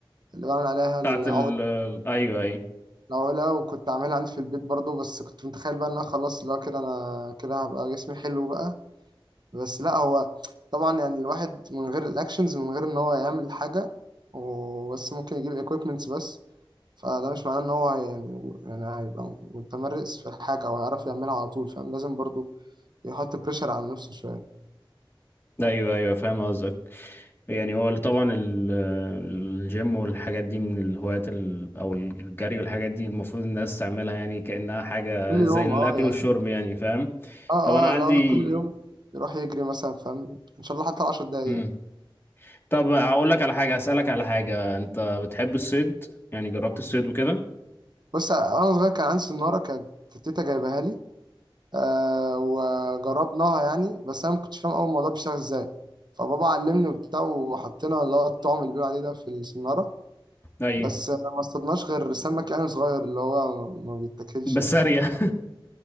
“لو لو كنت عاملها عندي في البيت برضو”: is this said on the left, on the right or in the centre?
Right